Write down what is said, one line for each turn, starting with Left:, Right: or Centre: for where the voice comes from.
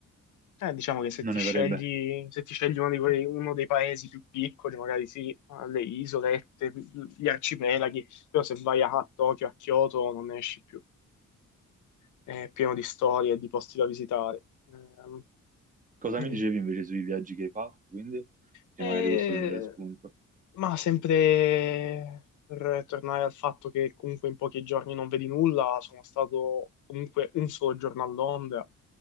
Left: Eh, diciamo che se
Right: non
Left: ti
Right: ne
Left: scegli,
Right: farebbe.
Left: se ti scegli uno di quei- uno dei paesi più piccoli, magari sì, le isolette, gli arcipelaghi, però se vai a Tokyo, a Kyoto non ne esci più. È pieno di storie e di posti da visitare. Ehm,
Right: Cosa mi
Left: mm.
Right: dicevi invece sui viaggi che hai fatto, quindi? Che
Left: E
Right: magari posso prendere spunto.
Left: Ma sempre per tornare al fatto che comunque in pochi giorni non vedi nulla, sono stato comunque un solo giorno a Londra,